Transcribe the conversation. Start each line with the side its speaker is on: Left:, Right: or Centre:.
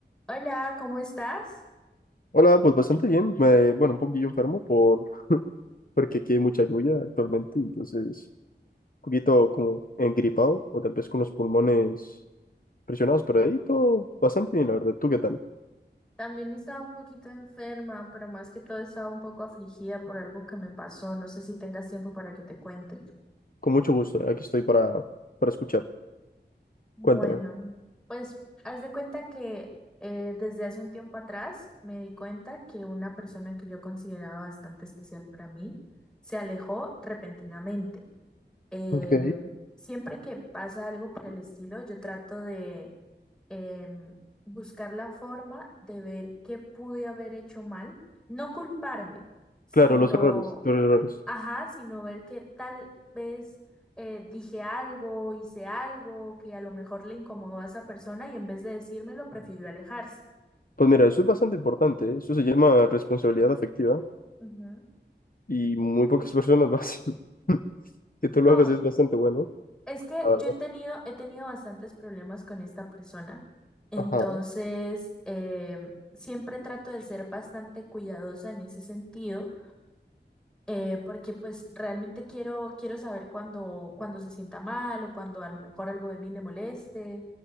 Centre: Hola, ¿cómo estás?
Left: Hola, pues bastante bien. me- bueno, un poquillo enfermo por, <laughs> porque aquí hay mucha lluvia actualmente, entonces un poquito como engripado o tal vez con los pulmones presionados, pero ahí todo bastante bien, la verdad. ¿Tú qué tal?
Centre: También estaba un poquito enferma, pero más que todo estaba un poco afligida por algo que me pasó. No sé si tengas tiempo para que te cuente.
Left: Con mucho gusto, aquí estoy para, para escuchar.
Centre: Bueno,
Left: Cuéntame.
Centre: pues haz de cuenta que eh, desde hace un tiempo atrás me di cuenta que una persona que yo consideraba bastante especial para mí se alejó repentinamente. Em,
Left: Ok,
Centre: siempre que pasa algo por el estilo, yo trato de em, buscar la forma de ver qué pude haber hecho mal, no culparme, sino,
Left: Claro, los errores, los errores.
Centre: ajá, sino ver que tal vez eh, dije algo, hice algo que a lo mejor le incomodó a esa persona y en vez de decírmelo, prefirió alejarse.
Left: Pues mira, eso es bastante importante, ¿eh? Eso se llama responsabilidad afectiva
Centre: Ujú.
Left: y muy pocas <laughs> personas lo hacen. <laughs> Que
Centre: No,
Left: tú lo hagas es bastante bueno,
Centre: Es que
Left: la
Centre: yo
Left: verdad.
Centre: he tenido, he tenido bastantes problemas con esta persona, entonces
Left: Ajá, <clears throat>
Centre: em, siempre trato de ser bastante cuidadosa en ese sentido, eh, porque pues realmente quiero, quiero saber cuando, cuando se sienta mal o cuando a lo mejor algo de mí le moleste,